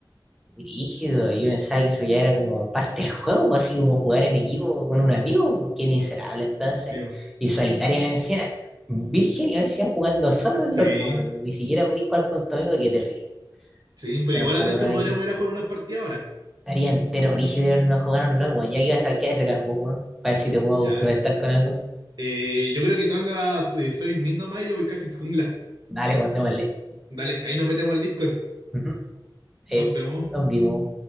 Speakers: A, in the centre; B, on the right.
A: Brígido, yo pensaba que eso ya era como parte del juego, pues, así como jugar en equipo con un amigo, pues, qué miserable entonces.
B: Sí,
A: Y solitario me decía, virgen, y me decía jugando solo en
B: sí,
A: LOL, pues, ni siquiera podías jugar con tu amigo, qué terrible.
B: sí, pero
A: Menos
B: igual
A: mal
B: a todo
A: uno
B: esto
A: de
B: podríamos
A: que
B: ir a jugar unas partidas ahora.
A: estaría entero brígido de habernos jugado en LOL, weón, ya que vas a quedar ese carbón, weón, para ver si te puedo
B: Ya.
A: complementar con algo.
B: Eh, yo creo que tú andas, eh, soy mid nomás y yo voy casi jungla.
A: Dale, weón, démosle.
B: Dale, ahí nos metemos al Discord.
A: Ujú.
B: Nos
A: Eh,
B: vemos.
A: nos vimos.